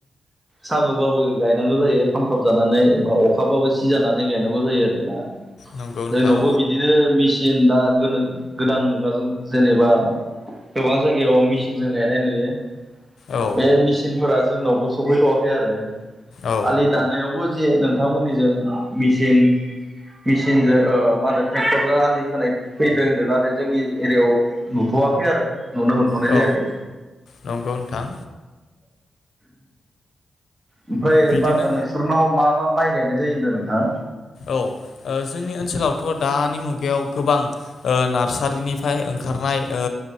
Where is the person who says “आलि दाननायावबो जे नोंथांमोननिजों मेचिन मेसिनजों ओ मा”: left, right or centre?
Right